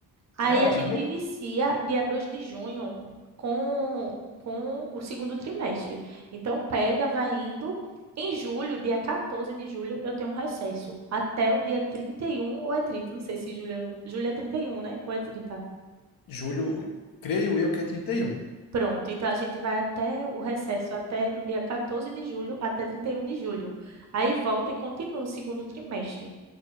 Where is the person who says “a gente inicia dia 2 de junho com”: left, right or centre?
Right